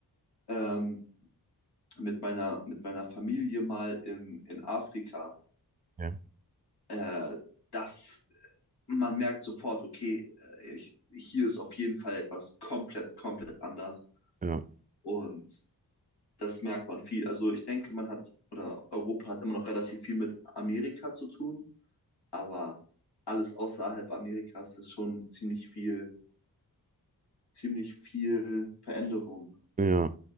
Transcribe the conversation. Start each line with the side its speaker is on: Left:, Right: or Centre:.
Left: ähm, mit, meiner, mit meiner Familie mal in, in Afrika,
Right: Ja,
Left: äh, das, man merkt sofort, okay, äh, ich, hier ist auf jeden Fall etwas komplett, komplett anders.
Right: ja.
Left: Und das merkt man viel. Also ich denke, man hat, oder Europa hat immer noch relativ viel mit Amerika zu tun aber alles außerhalb Amerikas ist schon ziemlich viel, ziemlich viel Veränderung.
Right: Ja,